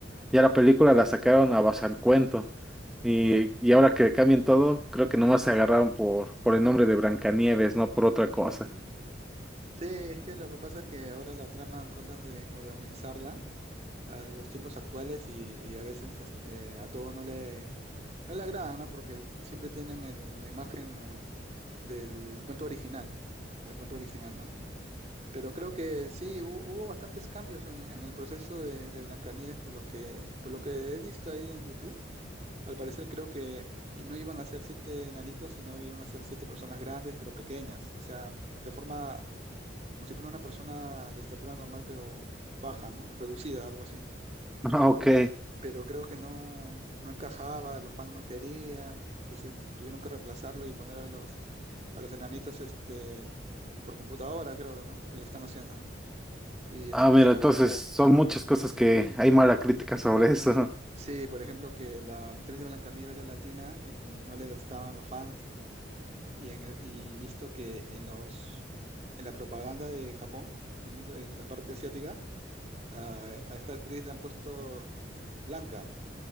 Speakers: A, in the centre; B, on the right.
A: ya la película la sacaron a base del cuento. Y, y ahora que cambien todo, creo que nomás se agarraron por, por el nombre de Blancanieves, no por otra cosa.
B: Sí, es que lo que pasa es que ahora la trama tratan de modernizarla a los tiempos actuales y, y a veces este, a todos no le, no le agrada, ¿no? Porque siempre tienen el- la imagen o- del cuento original, del cuento original, ¿no? Pero creo que sí, hu- hubo, bastantes cambios en, en el proceso de, de Blancanieves, por lo que, por lo que he visto ahí en YouTube. Al parecer creo que y no iban a ser siete enanitos, sino iban a ser siete personas grandes, pero pequeñas. O sea, de forma como si fuera una persona de estatura normal, pero baja, ¿no? Reducida, algo así.
A: <laughs> Ah,
B: Pero,
A: ok.
B: pero creo que no, no encajaba, los fans no querían. Entonces tuvieron que reemplazarlo y poner a los, a los enanitos este, por computadora, creo, ¿no? Que lo están haciendo. Y este,
A: Ah, mira, entonces son muchas cosas que hay mala crítica sobre eso.
B: sí, por ejemplo, que la actriz de Blancanieves era latina y no le gustaban los fans y, y, en- e, y visto que en los en la propaganda de Japón, en el mundo, en la parte asiática, a, a esta actriz la han puesto blanca,